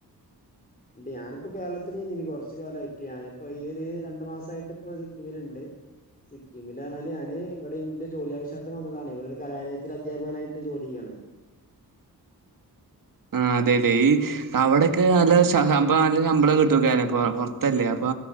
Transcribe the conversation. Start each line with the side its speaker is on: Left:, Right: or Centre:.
Left: ഞാനിപ്പോ കേരളത്തില് ഇനി കുറച്ചു കാലമായിട്ട് ഞാനിപ്പോ ഈയൊരു രണ്ടു മാസവായിട്ട് ഇപ്പോ സിക്കിമിലുണ്ട് സിക്കിമില് പറഞ്ഞാല് ഞാന് ഇവിടെ ഇന്റെ ജോലി ആവശ്യാർത്തം വന്നതാണ് ഇവിടെ ഒരു കലാലയത്തിൽ അധ്യാപകനായിട്ട് ജോലി ചെയ്യാണ്
Right: ആ അതേല്ലെ ഈ അവിടൊക്കെ നല്ല നല്ല <unintelligible> ശമ്പളം കിട്ടുവല്ലേ പുറത്തല്ലേ അപ്പൊ